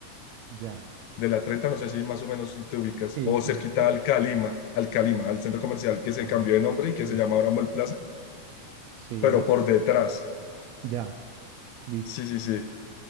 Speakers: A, on the right; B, on the left.
A: ya.
B: de la 30, no sé si más o menos te ubicas,
A: Sí,
B: o
A: correcto.
B: cerquita al Calima, al Calima, al centro comercial que se
A: Ah,
B: cambió
A: ok.
B: de nombre y que se llama ahora Mall Plaza,
A: Sí,
B: pero por detrás.
A: ya, listo.
B: Sí, sí, sí.